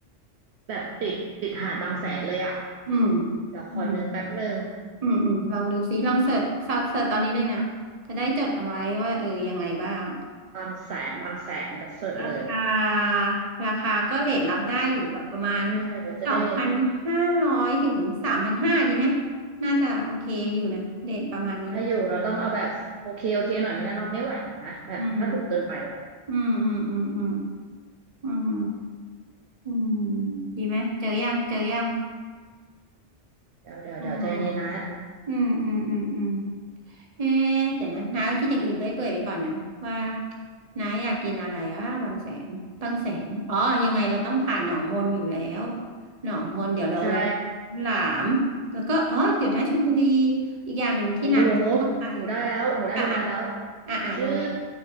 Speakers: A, on the right; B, on the right.
A: แบบติดติดหาดบางแสนเลยอ่ะ
B: อืม
A: เดี๋ยวขอนึกแป๊บหนึ่ง
B: อืมอืมอืมลองดูซิลองเสิร์ชซอสเสิร์ชตอนนี้เลยนะจะได้จดเอาไว้ว่าเออยังไงบ้าง
A: บางแสนบางแสนเดี๋ยวเสิร์ชเลย
B: ราคาราคาก็เรทรับได้อยู่แบบประมาณ
A: ใช่เดี๋ยวจะได้
B: สองพันห้าร้อยถึงสามพันห้าดีไหมน่าจะโอเคอยู่นะเรทประมาณนี้
A: ได้อยู่เราต้องเอาแบบโอเคโอเคหน่อยไม่งั้นนอนไม่ไหวนะแบบถ้าถูกเกินไปอ่ะ
B: อืมอืมอืมอืมอืม อืมอืมดีไหมเจอยังเจอยัง
A: เดี๋ยวเดี๋ยวเดี๋ยวใจเย็นนะ
B: อ๋ออืมอืมอืมอืมเอ๊ะเดี๋ยวนะน้าก็คิดอย่างอื่นเลื่อยเปื่อยไปก่อนนะว่าน้าอยากกินอะไรอ่ะบางแสนบางแสนอ๋อยังไงเราต้องผ่านหนองมนอยู่แล้วหนองมนเดี๋ยวเราแวะ
A: ใช่
B: หลามแล้วก็อ๋อเดี๋ยวนะชลบุรีอีกอย่างหนึ่งที่น้าต้องไป
A: หนูหนูหนูได้แล้วหนูได้โรงแรมแล้ว
B: อ่ะอ่ะอ่ะอ่ะโรงแรม
A: ชื่อ